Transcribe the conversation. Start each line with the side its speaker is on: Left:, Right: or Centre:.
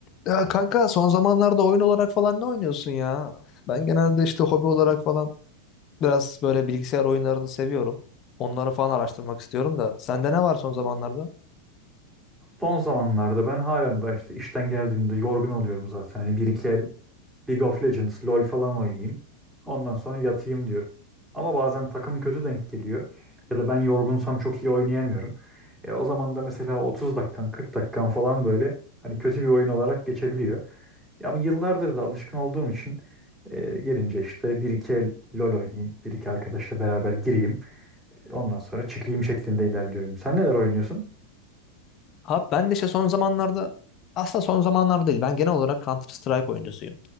Left: Ya kanka son zamanlarda oyun olarak falan ne oynuyorsun ya? Ben genelde işte hobi olarak falan biraz böyle bilgisayar oyunlarını seviyorum. Onları falan araştırmak istiyorum da. Sende ne var son zamanlarda?
Centre: Son zamanlarda ben halen daha işte işten geldiğimde yorgun oluyorum zaten. Hani bir iki el League of Legends, LoL falan oynayayım. Ondan sonra yatayım diyorum. Ama bazen takım kötü denk geliyor. Ya da ben yorgunsam çok iyi oynayamıyorum. E, o zaman da mesela 30 dakikan, 40 dakikan falan böyle hani kötü bir oyun olarak geçebiliyor. Ya ama yıllardır da alışkın olduğum için e, gelince işte bir iki el LoL oynayayım. Bir iki arkadaşla beraber gireyim. Ondan sonra çıkayım şeklinde ilerliyorum. Sen neler oynuyorsun?
Left: Abi ben de işte son zamanlarda aslında son zamanlarda değil. Ben genel olarak Counter Strike oyuncusuyum.